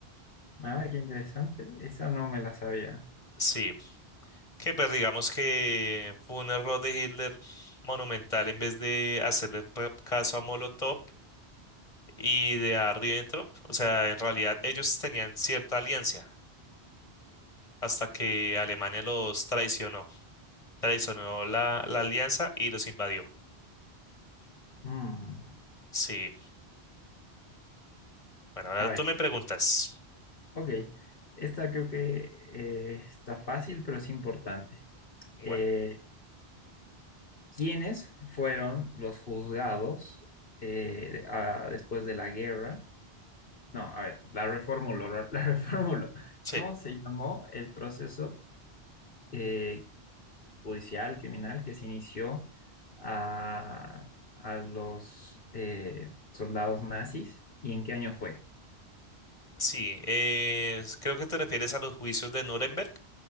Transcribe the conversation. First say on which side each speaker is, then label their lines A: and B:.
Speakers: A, on the left; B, on the left.
A: Ah, qué interesante. Esa no me la sabía.
B: Sí, que pues digamos que fue un error de Hitler monumental en vez de hacerle pe- caso a Molotov y de a Ribbentrop. O sea, en realidad ellos tenían cierta alianza hasta que Alemania los traicionó, traicionó la, la alianza y los invadió.
A: Mm.
B: Sí, bueno, ahora
A: A ver,
B: tú me preguntas.
A: ok. Esta creo que eh, está fácil, pero es importante. Eh,
B: Bueno,
A: ¿quiénes fueron los juzgados eh, a- después de la guerra? No, a ver, la reformulo, la la <laughs> reformulo.
B: sí.
A: ¿Cómo se llamó el proceso eh, judicial, criminal, que se inició a, a los eh, soldados nazis. ¿Y en qué año fue?
B: Sí, eh, s- creo que te refieres a los juicios de Nuremberg,